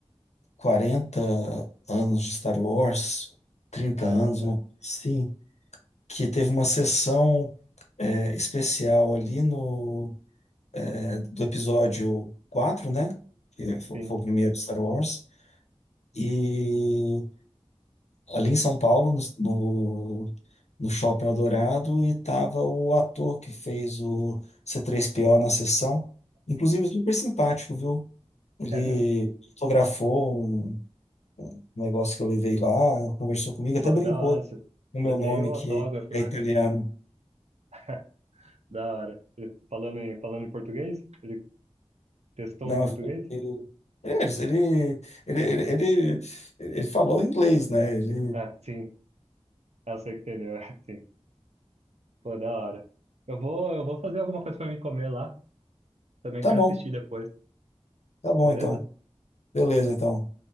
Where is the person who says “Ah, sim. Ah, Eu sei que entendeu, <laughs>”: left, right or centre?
Right